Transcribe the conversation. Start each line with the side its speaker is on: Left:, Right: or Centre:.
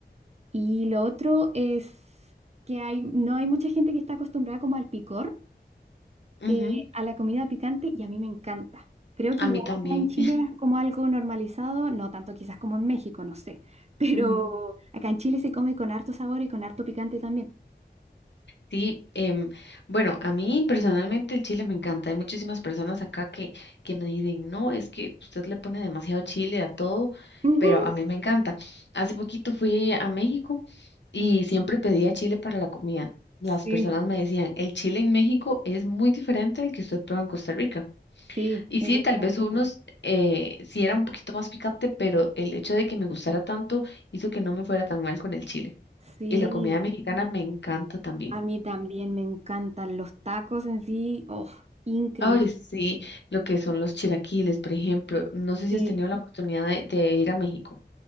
Right: Y lo otro es que hay, no hay mucha gente que está acostumbrada como al picor,
Left: ujú,
Right: eh, a la comida picante, y a mí me encanta. Creo que
Left: a
Right: igual
Left: mí también.
Right: acá en Chile es como algo normalizado, no tanto quizás como en México, no sé, <laughs> pero
Left: <laughs> Ujú.
Right: acá en Chile se come con harto sabor y con harto picante también.
Left: Sí, em, bueno, a mí personalmente el chile me encanta. Hay muchísimas personas acá que, que me dicen, no, es que usted le pone demasiado chile a todo,
Right: Ujú.
Left: pero
Right: <laughs>
Left: a mí me encanta. Hace poquito fui a México y siempre pedía chile para la comida. Las
Right: Sí,
Left: personas me decían, el chile en México es muy diferente al que usted prueba en Costa Rica.
Right: sí,
Left: Y
Right: es
Left: sí,
Right: diferente.
Left: tal vez unos eh, sí era un poquito más picante, pero el hecho de que me gustara tanto hizo que no me fuera tan mal con el chile.
Right: Sí,
Left: Y la comida mexicana me encanta también.
Right: a mí también me encantan los tacos en sí, oh, increíble.
Left: Ay, sí, lo que son los chilaquiles, por ejemplo. No sé
Right: Sí,
Left: si has tenido la oportunidad de, de ir a México.